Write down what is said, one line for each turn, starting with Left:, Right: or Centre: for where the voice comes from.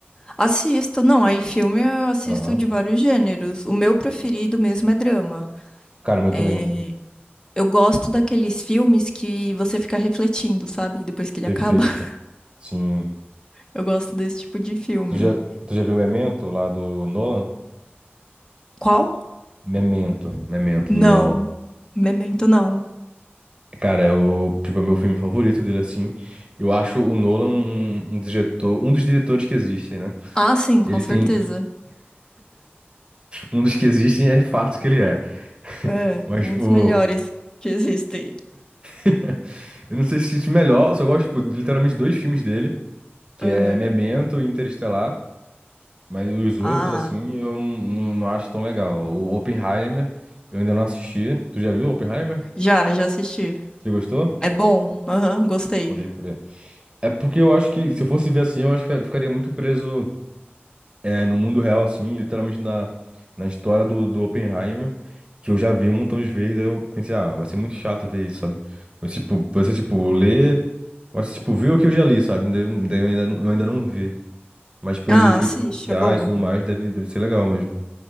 Left: Assisto, não, aí filme eu assisto
Right: Aham.
Left: de vários gêneros. O meu preferido mesmo é drama.
Right: Cara, o meu
Left: É,
Right: também.
Left: eu gosto daqueles filmes que você fica refletindo, sabe? Depois que ele
Right: Perfeito.
Left: acaba. <laughs>
Right: Sim.
Left: Eu gosto desse tipo de filme.
Right: Tu já, tu já viu Memento lá do Nolan?
Left: Qual?
Right: Memento, Memento
Left: Não.
Right: do Nolan.
Left: Memento não.
Right: Cara, é o, tipo, é o meu filme favorito dele, assim. Eu acho o Nolan um, um diretor, um dos diretores que existem, né?
Left: Ah, sim,
Right: Ele
Left: com certeza.
Right: tem, um dos que existem é fato que ele é.
Left: É,
Right: Mas,
Left: um
Right: tipo,
Left: dos melhores que existem.
Right: <laughs> eu não sei se isso é melhor, eu só gosto, tipo, de literalmente dois filmes dele, que
Left: Aham.
Right: é Memento e Interestelar. Mas os
Left: Ah,
Right: outros, assim, eu não, não acho tão legal. O Oppenheimer, eu ainda não assisti. Tu já viu o Oppenheimer?
Left: já, já assisti.
Right: Você gostou?
Left: É bom. Aham, gostei.
Right: Pode crer. É porque eu acho que, se eu fosse ver assim, eu acho que eu ficaria muito preso é, no mundo real, assim, literalmente na, na história do, do Oppenheimer, que eu já vi um montão de vezes, daí eu pensei, ah, vai ser muito chato ver isso, sabe? Vai ser, tipo, vai ser, tipo, ler, vai ser, tipo, ver o que eu já li, sabe? Daí, eu daí eu ainda, não- eu ainda não vi. Mas pelos
Left: Ah,
Right: efeitos
Left: assiste,
Right: especiais
Left: é bom.
Right: e tudo mais, deve, deve ser legal mesmo.